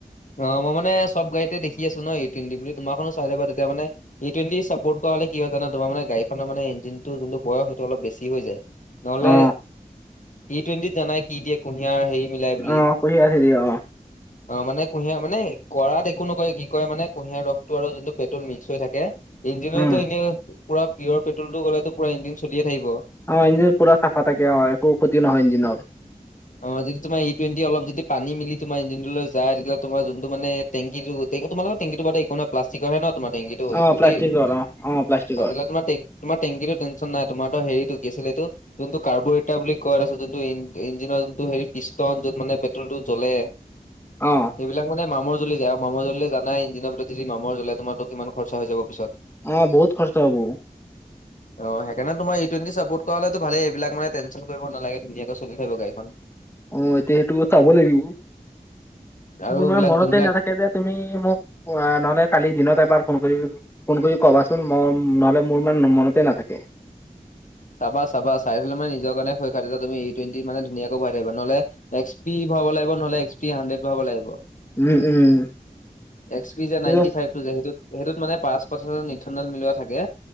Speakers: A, on the left; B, on the left.
A: অ' মই মানে চ'ব গাড়ীতে দেখি আছোঁ ন ই টুৱেন্টি বুলি তোমাৰখনো চাই লৱা তেতিয়া মানে। ই টুৱেন্টি চাপত কৰা হ'লে কি হয় জানা তোমাৰ মানে গাড়ীখনৰ মানে ইঞ্জিন টো বয়স অলপ বেছি হৈ যায়। নহ'লে
B: অ
A: ই টুৱেণ্টি জানাই কি দিয়ে। কুঁহিয়াৰ হেৰি মিলাই বুলি।
B: অ কুঁহিয়াৰ হেৰি অ
A: অ' মানে কুঁহিয়াৰ মানে কৰাত একো নকয় কি কয় মানে কুঁহিয়াৰ ৰসটো আৰু যোনটো পেট্ৰল মিক্স হৈ থাকে ইঞ্জিনতো
B: উম
A: এনে পুৰা পিয়ৰ পেট্ৰলটো গ'লে পুৰা ইঞ্জিন চলিয়ে থাকিব।
B: অ' ইঞ্জিন পুৰা চাফা থাকে অ' একো ক্ষতি নহয় ইঞ্জিনত।
A: অ' যদি তোমাৰ ই টুৱেণ্টি অলপ যদি পানী মিলি তোমাৰ ইঞ্জিনটোলৈ যায়। তেতিয়া হ'লে তোমাৰ যোনটো মানে টেংকিটো তোমাৰলোকৰ টেংকি একো নহয় প্লাষ্টিকৰহে ন তোমাৰ টেংকীটো
B: অ
A: স্কুটি
B: প্লাষ্টিকৰ অ অ প্লাষ্টিকৰ
A: ফাটিলে তোমাৰ টেং তোমাৰ টেংকিটো টেনচন নাই তোমাৰ হৰি টো কিআছিল এইটো যোনটো কাৰ্বৰেটাৰ বুলি কয় টাৰ পিছত এই ইন ইন নৰ যোনটো হেৰি পিষ্টন য'ত মানে পেট্ৰলতটো জ্বলে
B: অ
A: সেইবিলাক মানে মামৰ জ্বলি যায় আৰু। মামৰ জ্বলিলে জানাই ইজিনৰ ভিতৰত যদি মামৰ জ্বলাই তোমাৰো কিমান খৰচা হৈ জাৱ পিছত।
B: অ' বহুত কষ্ট হ'ব।
A: অ' সেইকাৰনে তোমাৰ ই টুৱেন্তী চাপৰ্ট কৰা হ'লে ভালেই, এইবিলাক মানে টেনশ্যন কৰিব নালাগে ধুনাকৈ চলি যাব গাড়ী। <unintelligible>
B: অ' এতিয়া সেইটো চাব লাগিব,
A: আৰু
B: মোৰ ইমান
A: এইবিলাক
B: মনতে
A: যোনবিলাক
B: নাথাকে যে। তুমি মোক অ' নহ'লে কালি দিনত এবাৰ ফোন কৰি ফোন কৰি কবাচোন, মই নহ'লে মোৰ ইমান মনতে নাথাকে।
A: চাবা চাবা চাই থ'লে মানে নিজৰ কাৰণে ভয় খোৱা তেতিয়া তুমি ই টুৱেটি মানে ধুনীয়াকৈ ভৰাই থাকিবা। নহ'লে এক্স পি ভাৰাৱ লাগিব নহ'লে এক্স পি হাণ্ড্ৰড ভাৰাৱ লাগিব।
B: Um um.
A: এক্স পি যে নাইনটি
B: অ',
A: ফাইভ টো যে সেইটো সেইটোত মানে পাচ পাৰ্চেন্ত ইথানল মিলোৱা থাকে,